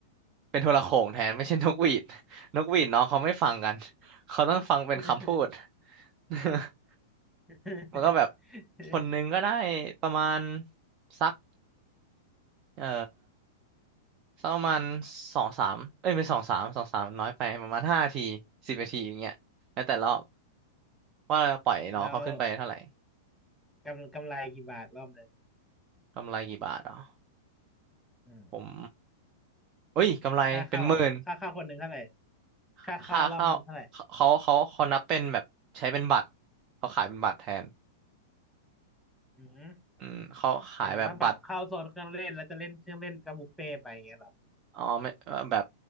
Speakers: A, on the right; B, in the centre.
A: เป็นโทรโข่งแทนไม่ใช่นกหวีด <laughs> นกหวีดน้องเขาไม่ฟังกันเขาต้องฟังเป็นคำพูด
B: <laughs>
A: <laughs>
B: <laughs>
A: มันก็แบบคนนึงก็ได้ประมาณสักเอ่อสักประมาณสองสามเอ้ยไม่สองสามสองสามน้อยไปประมาณห้าทีสิบนาทีอย่างเงี้ยแล้วแต่รอบว่าเราปล่อยน้องเขาขึ้นไปเท่าไหร่
B: แล้วกำกำไรกี่บาทรอบหนึ่ง
A: กำไรกี่บาทอ๋อ
B: อืม
A: ผมเอ้ยกำไรเป็นหมื่น
B: ค่าเข้าอะค่าเข้าคนหนึ่งเท่าไหร่
A: ค่าค่าข้าวเขาเขาเขานับเป็นแบบใช้เป็นบัตรเขาขายเป็นบัตรแทน
B: ค่าเข้ารอบหนึ่งเท่าไหร่อืม
A: อืมเขาขายแบบบัตร
B: หมายถึงว่าบัตรเข้าโซนเครื่องเล่นแล้วจะเล่นเครื่องเล่นกับบุฟเฟ่ต์ไปอย่างเงี้ยเหรอ
A: อ๋อไม่เอ่อแบบ